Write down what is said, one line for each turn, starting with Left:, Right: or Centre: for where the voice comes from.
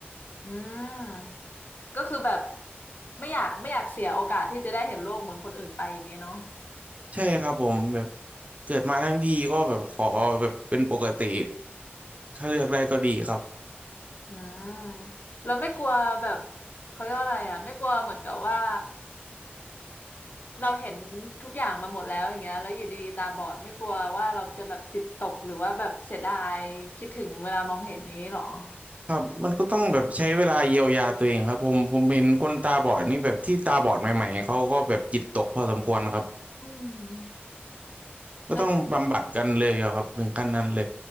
Left: อืมก็คือแบบไม่อยากไม่อยากเสียโอกาสที่จะได้เห็นโลกเหมือนคนอื่นไปอย่างเงี้ยเนาะ
Right: ใช่ครับผมแบบเกิดมาทั้งทีก็แบบขอแบบเป็นปกติถ้าเลือกได้ก็ดีครับ
Left: อ่าเราไม่กลัวแบบเขาเรียกว่าอะไรอ่ะไม่กลัวเหมือนกับว่าเราเห็นทุกอย่างมาหมดแล้วอย่างเงี้ยแล้วอยู่ดีๆตาบอดไม่กลัวว่าเราจะแบบจิตตกหรือว่าแบบเสียดายคิดถึงเวลามองเห็นอย่างนี้หรอ
Right: ครับมันก็ต้องแบบใช้เวลาเยียวยาตัวเองครับผมผมเห็นคนตาบอดนี่แบบที่ตาบอดใหม่ๆเขาก็แบบจิตตกพอสมควรครับ
Left: อืม
Right: ก็ต้องบำบัดกันเลยอะครับถึงขั้นนั้นเลย
Left: แล้ว